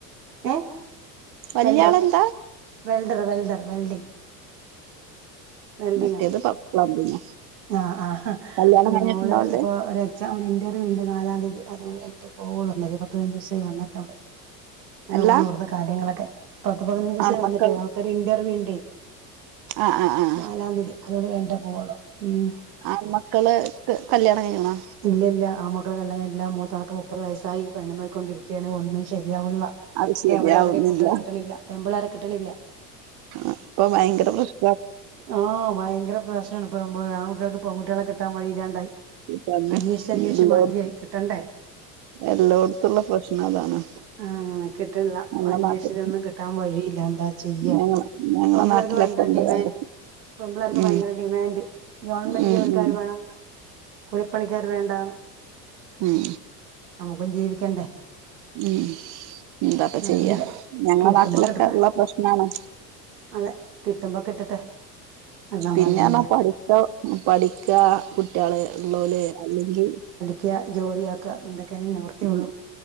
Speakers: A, on the right; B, on the right.
A: ഏഹ്
B: വല്ല്യാളെന്താ
A: വെൽഡർ വെൽഡർ വെൽഡർ വെൽഡിങ് വെൽഡിങ്ങാണ്
B: മറ്റേത് പ പ്ലംബിങ്ങാ
A: ആഹ് ആഹ്
B: കല്യാണം
A: അപ്പെന്റെ
B: കഴിഞ്ഞിട്ടുണ്ടോ
A: മോള്
B: ഓൾത്
A: ഇപ്പൊ ഒരെ എക്സാം ഒരു ഇന്റർവ്യൂണ്ട് നാലാം തീയതി അതൂടെ കഴിഞ്ഞിട്ടേ പോകൊള്ളൂ ഇന്നേക്ക് പത്ത് പതിനഞ്ചു ദിവസായി വന്നിട്ട് അവള് അങ്ങനെ
B: അല്ല
A: പോണു ഇവിടുത്തെ കാര്യങ്ങളൊക്കെ പത്ത് പതിനഞ്ച് ദിവസായി
B: ആൺമക്കൾ
A: വന്നിട്ട് അവൾക്കൊരു ഇന്റർവ്യൂ ഉണ്ടെയ്
B: ആഹ് ആഹ് ആഹ്
A: നാലാം തീയതി അതോടെ കഴിഞ്ഞിട്ടാ പോവുള്ളൂ ഉം
B: ആൺ മക്കള് കല്യാണം കഴിഞ്ക്ക്ണോ
A: ഇല്ല ഇല്ല ആഹ് മക്കള് കല്യാണം കഴിഞ്ഞിട്ടില്ല മൂത്താൾക്ക് മുപ്പത് വയസ്സായി പെണ്ണു നോക്കി കൊണ്ടിരി ക്കാണ് ഒന്നും ശരിയാവണില്ല
B: അത് ശരിയാവുന്നില്ല
A: എവിടെ എവിടെയും കുട്ടികളെ കിട്ടണില്ല പെമ്പിള്ളാരെ കിട്ടണില്ല
B: ആഹ് ഇപ്പ ഭയങ്കര പ്രശ്
A: ആഹ് ഭയങ്കര പ്രശ്നാണ് ഇപ്പ ആൺകുട്ടികൾക്ക് പെൺകുട്ടികളെ കിട്ടാൻ വഴി ഇല്ലാണ്ടായി
B: തന്നെ
A: അന്വേഷിച്ച് അന്വേഷിച്ച്
B: എല്ലോട്
A: മതിയായി കിട്ടണ്ടേ
B: എല്ലോട്ത്തുള്ള പ്രശ്ന അതാണ്
A: ആഹ് നോക്കീട്ടില്ല
B: ഞങ്ങളെ
A: അന്വേഷിച്ച്ട്ടോന്നും
B: നാട്ടിൽ
A: കിട്ടാൻ വഴിയില്ല എന്താ ചെയ്യ
B: ഞങ്ങളെ ഞങ്ങളെ
A: <unintelligible>
B: നാട്ടിലൊക്കെ
A: ഭയങ്കര
B: ഉണ്ട്
A: ഡിമാൻഡ്
B: അത്
A: പെൺപിള്ളേർക്ക്
B: ഉം
A: ഭയങ്കര ഡിമാൻഡ് ഗവൺമെന്റ്
B: ഉം
A: ജോലിക്കാർ
B: ഉം
A: വേണം കുലിപ്പണിക്കാര വേണ്ടാ
B: ഉം
A: നമുക്കും ജീവിക്കണ്ടേ
B: ഉം ഉം എന്താപ്പ ചെയ്യാ
A: അറിയില്ല
B: ഞങ്ങളെ
A: കിട്ടുമ്പോ
B: നാട്ടിലൊക്കെ
A: കിട്ടട്ടെ
B: ഇള്ള പ്രശ്നാണ്
A: അതെ കിട്ടുമ്പോ കിട്ടട്ടെ അത് നമ്മളെന്താ
B: പിന്നെറ്ഞ്ഞാ
A: ചെയ്യാ
B: പഠ്ത്തം പഠിക്കാ കുട്ട്യേള് ഇള്ളോല് അല്ലെങ്കി
A: ക്ക്യാ ജോലിയാക്ക ഇതെക്കെ ഇനി നിവൃത്തിയൊള്ളൂ
B: ഉം